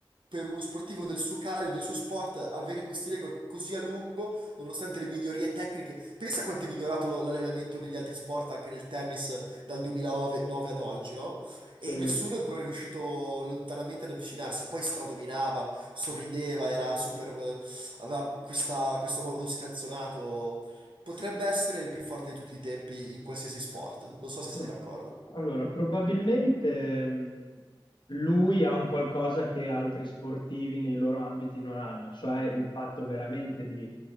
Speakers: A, on the right; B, on the left.
A: per uno sportivo del suo calibro, del suo sport, avere questi record così a lungo, nonostante le migliorie tecniche. Pensa quanto è migliorato lo- l'allenamento negli altri sport, anche nel tennis, dal 2009 9 ad oggi, no? E
B: Sì.
A: nessuno è ancora riuscito lontanamente ad avvicinarsi. Poi stradominava, sorrideva, era super, aveva questa- questo modo scanzonato. Potrebbe essere il più forte di tutti i tempi in qualsiasi sport. Non so se
B: Pro-
A: sei d'accordo.
B: Allora, probabilmente mh, lui ha un qualcosa che altri sportivi nei loro ambiti non hanno, cioè il fatto veramente di